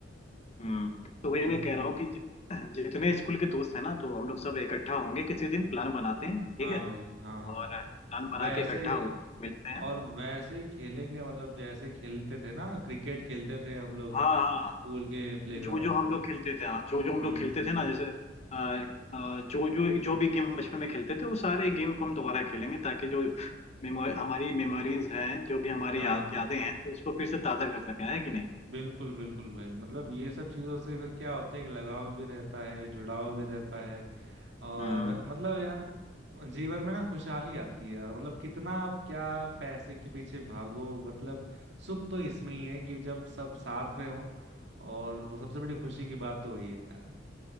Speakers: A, on the left; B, on the right.
A: हम्म
B: हम्म
A: तो वही मैं कह रहा हूँ कि जि- <clears throat> जितने स्कूल के दोस्त हैं ना तो हम लोग सब इकट्ठा होंगे किसी दिन प्लान बनाते हैं ठीक
B: हाँ
A: है
B: भाई हाँ हाँ
A: और प्लान बना
B: वैसे
A: के इकट्ठा
B: ही
A: होते हैं मिलते हैं
B: और वैसे ही खेलेंगे मतलब जैसे खेलते थे ना क्रिकेट खेलते थे हम लोग
A: हाँ
B: स्कूल
A: हाँ
B: के प्लेग्राउंड
A: जो जो हम
B: पे
A: लोग खेलते थे हाँ जो जो हम
B: हम्म
A: लोग खेलते थे ना जैसे अ, अ, जो जो जो भी गेम हम बचपन में खेलते थे वो सारे गेम को हम दोबारा खेलेंगे ताकि जो मेमोरी हमारी मेमोरीज हैं जो भी हमारी
B: हाँ
A: याद यादें हैं तो उसको फिर से ताज़ा कर सके है कि नहीं
B: बिल्कुल बिल्कुल भाई मतलब ये सब चीजों से फिर क्या होता है कि लगाव भी रहता है जुड़ाव भी रहता है और
A: हम्म
B: मतलब यार जीवन में ना खुशहाली आती है यार मतलब कितना आप क्या पैसे के पीछे भागो मतलब सुख तो इसमें ही है कि जब सब साथ में हो और वो सबसे बड़ी खुशी की बात तो वही है यार